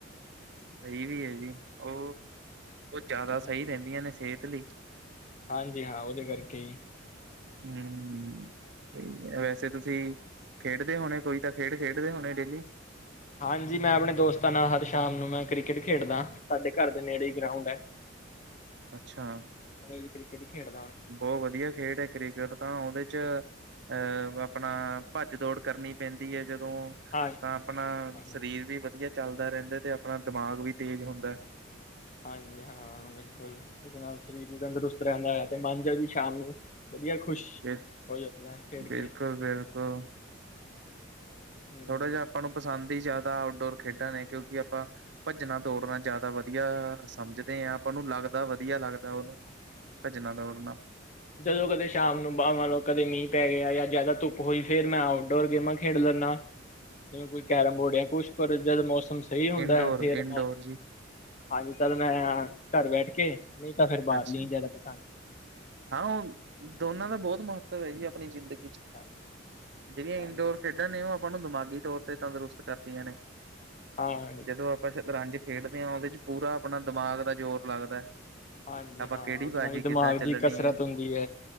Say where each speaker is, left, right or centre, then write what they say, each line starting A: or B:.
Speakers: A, on the right (about 60°); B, on the left (about 40°).
A: ਸੀ ਵੀ ਐ ਜੀ, ਓ, ਓ ਜਾਦਾ
B: ਹਾਂਜੀ
A: ਸਈ ਰੈਂਦੀਆਂ ਨੇ ਸੇਹਤ ਲਈ।
B: ਹਾਂਜੀ ਹਾਂ, ਓਦੇ ਕਰਕੇ ਈ।
A: ਹਮਮ <unintelligible> ਵੈਸੇ ਤੁਸੀ ਖੇਡਦੇ ਹੋਨੇ? ਕੋਈ ਤਾਂ, ਖੇਡ ਖੇਡਦੇ ਹੋਨੇ ਡੇਲੀ?
B: ਹਾਂਜੀ, ਮੈਂ ਆਪਨੇ ਦੋਸਤਾਂ ਨਾਲ ਹਰ ਸ਼ਾਮ ਨੂੰ ਮੈਂ ਕ੍ਰਿਕਟ ਖੇਡਦਾਂ, ਸਾਡੇ ਘਰ ਦੇ ਨੇੜੇ ਈ ਗਰਾਊਂਡ ਐ।
A: ਅੱਛਾ
B: ਰੋਜ ਕ੍ਰਿਕਟ ਖੇਡਦਾਂ।
A: ਬੋਤ ਵਦੀਐ ਖੇਡ ਐ। ਕ੍ਰਿਕਟ ਤਾਂ ਓਦੇ 'ਚ ਅ, ਆਪਨਾ ਭੱਜ ਦੌੜ ਕਰਨੀ ਪੈਂਦੀ ਐ ਜਦੋਂ
B: ਹਾਂਜੀ
A: ਤਾਂ ਆਪਨਾ
B: ਹਾਂਜੀ
A: ਸਰੀਰ ਵੀ ਵਦੀਐ ਚੱਲਦਾ ਰੈੰਦਾ ਤੇ, ਆਪਨਾ ਦਮਾਗ ਵੀ ਤੇਜ ਹੁੰਦੈ।
B: ਹਾਂਜੀ ਹਾਂ, ਬਿਲਕੁਲ ਇਸ ਨਾਲ ਸਰੀਰ ਵੀ ਤੰਦਰੁਸਤ ਰੈੰਦੈ, ਤੇ ਮਨ ਜਾ ਵੀ ਸ਼ਾਮ ਨੂੰ ਵਦੀਆ ਖੁਸ਼
A: ਜੇ
B: ਹੋ ਜਾਂਦੈ ਖੇਡ
A: ਬਿਲਕੁਲ-ਬਿਲਕੁਲ
B: ਕੇ। ਹੂੰ
A: ਥੋੜਾ ਜੇਆ ਆਪਾਂ ਨੂੰ ਪਸੰਦ ਈ ਜਾਦਾ ਆਊਟਡੋਰ ਖੇਡਾਂ ਨੇ, ਕੇਉਂਕਿ ਆਪਾਂ ਭੱਜਨਾ- ਦੌੜਨਾ ਜਾਦਾ ਵਦੀਆ ਸਮਝਦੇ ਆਂ, ਆਪਾਂ ਨੂੰ ਲੱਗਦਾ ਵਦੀਆ ਲੱਗਦੈ ਓਨੂੰ ਭੱਜਨਾ-ਦੌੜਨਾ।
B: ਜਦੋ ਕਦੇ ਸ਼ਾਮ ਨੂੰ ਮੰਨ ਲਓ, ਕਦੇ ਮੀਂ ਪੈ ਗੇਆ ਜਾਂ ਜਾਦਾ ਧੁੱਪ ਹੋਈ ਫੇਰ ਮੈਂ ਆਊਟਡੋਰ ਗੇਮਾਂ ਖੇਡ ਲੈਂਨਾ। ਜਿਵੇਂ, ਕੋਈ ਕੈਰਮ ਬੋਰਡ ਯਾ ਕੁਛ, ਪਰ ਜਦ ਮੌਸਮ ਸਈ ਹੁੰਦੈ
A: ਇੰਡੋਰ-ਇੰਡੋਰ
B: ਫੇਰ
A: ਜੀ
B: ਹਾਂਜੀ, ਤਦ ਮੈਂ ਘਰ ਬੈਠ ਕੇ ਨਈਂ ਤਾਂ ਫੇਰ ਬਾਰਲੀਆਂ
A: ਅੱਛਾ
B: ਈ ਜਾਦਾ ਪਸੰਦ
A: ਹਾਂ, ਓ ਦੋਨਾਂ ਦਾ ਬੋਤ ਮਹੱਤਵ ਹੈ ਜੀ, ਆਪਨੀਂ ਜਿੰਦਗੀ 'ਚ
B: ਹਾਂਜੀ।
A: ਜੇੜੀਆਂ ਇੰਨਡੋਰ
B: ਹਾਂਜੀ
A: ਖੇਡਾਂ ਨੇ ਓ ਆਪਾਂ ਨੂੰ ਦਮਾਗੀ ਤੌਰ ਤੇ ਤੰਦਰੁਸਤ ਕਰਦੀਆਂ ਨੇ, <inaudible>
B: ਹਾਂਜੀ
A: ਜਦੋਂ ਸ਼ਤਰੰਜ ਖੇਡਦੇ ਆਂ, ਓਦੇ 'ਚ ਪੂਰਾ ਆਪਨਾ ਦਮਾਗ ਦਾ ਜੋਰ ਲੱਗਦੈ।
B: ਹਾਂਜੀ
A: ਆਂਪਾ
B: ਹਾਂ
A: ਕੇੜੀ
B: ਉਹਦੇ
A: ਬਾਜੀ
B: ਨਾਲ ਵੀ ਦਿਮਾਗ
A: ਕਿੱਦਾਂ ਚੱਲਨੀ
B: ਦੀ ਕਸਰਤ
A: ਐ,
B: ਹੁੰਦੀ ਹੈ।